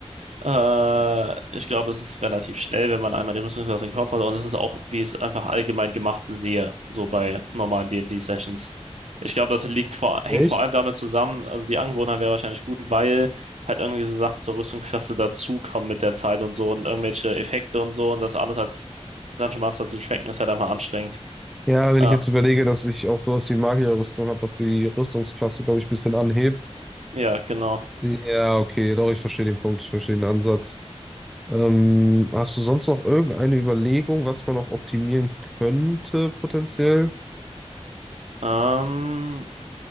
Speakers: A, on the right; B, in the centre.
A: Äh, ich glaube, es ist relativ schnell, wenn man einmal die Rüstungsklasse im Kopf hat. Und es ist auch, wie ich es einfach allgemein gemacht sehe, so bei normalen D&D-Sessions. Ich glaube, das liegt vor, hängt
B: Echt?
A: vor allem damit zusammen, also die Angewohnheit wäre wahrscheinlich gut, weil halt irgendwie so Sachen zur Rüstungsklasse dazukommen mit der Zeit und so und irgendwelche Effekte und so und das alles als Dungeon Master zu tracken, ist halt einfach anstrengend.
B: Ja, wenn
A: Ähm,
B: ich jetzt überlege, dass ich auch sowas wie Magierrüstung habe, was die Rüstungsklasse, glaube ich, ein bisschen anhebt.
A: ja, genau.
B: Ja, okay, doch, ich verstehe den Punkt, ich verstehe den Ansatz. Ähm, hast du sonst noch irgendeine Überlegung, was man noch optimieren könnte, potenziell?
A: Ähm,